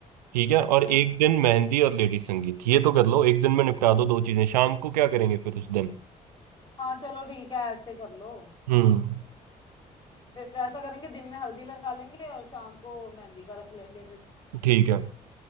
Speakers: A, on the right (about 75°); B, on the left (about 20°).
A: ठीक है और
B: हाँ
A: हम्म। एक दिन मेहंदी और लेडी संगीत ये तो कर लो एक दिन में निपटा दो दो चीजें शाम को क्या करेंगे फिर उस दिन
B: हाँ चलो ठीक है ऐसे कर लो
A: हम्म
B: फिर ऐसा करेंगे दिन में हल्दी लगा लेंगे और शाम को मेहंदी का रख लेंगे फिर
A: ठीक है